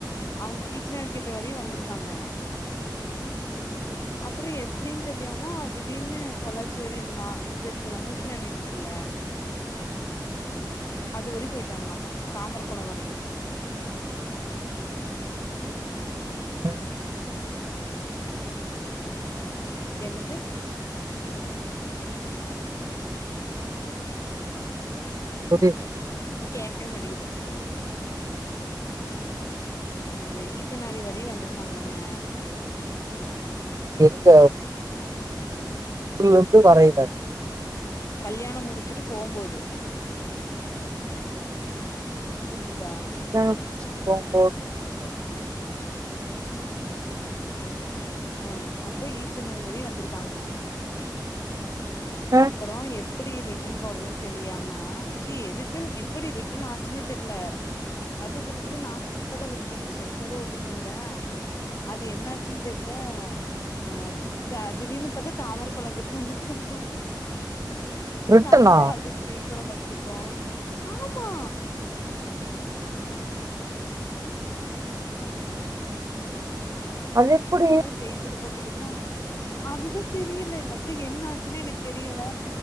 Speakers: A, on the left; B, on the right.
A: அவுங்க ஈச்சனாரி கிட்ட வரையு வந்துருக்காங்க அப்றோ எப்டின் தெர்லியாமா திடீர்னு பொள்ளாச்சி வரையு இந்த மா இந்துருக்குல்ல மோஷினா வீடுருக்குல்ல அதுவரையு போய்ட்டாங்களாமா தாமரகொளோ வரையு
B: ம்
A: என்னது
B: புரில்ல
A: இத் கேக்கவே மாட்டிகிது இந்த ஈச்சனாரி வரையு வந்துருக்காங்கங்க
B: எங்க புளியகொளத்து வரயில
A: கல்யாணம் முடிச்சுட்டு போம்போது புரிஞ்சிதா
B: நா போம்போது
A: ஃபோன் ம் அப்போ ஈச்சனாரி வழி வந்திருக்காங்க
B: ஆ
A: அப்பறோ எப் டி ரிட்டன் போறதுன் தெரியாம ச்சி ரிட்டன் எப்டி ரிட்டன் ஆச்சுன்னே தெர்ல அதா சொல்லுது நா கரக்ட்டா தா ஓட்டிட்டு வந் ஸ்ட்ரைட்டா தா ஓட்டிட்டு வந்தே அது என்னாச்சுன் தெர்ல அ த திடீர்னு பாத்தா தாமர கொளங்கிட்ட வந்துட்ருந்தோ
B: ரிட்டனா
A: நாங்களே ஆல்ரெடி பேய் படோ பாத்துட்ருக்கோ ஆமா
B: அது எப்படி
A: நாங்களே பேய்ப்படோ பாத்துட்ருக்கோ அது தான் தெரியில எங்க அத்தைக்கு என்ன ஆச்சுன்னே எனக் தெரியல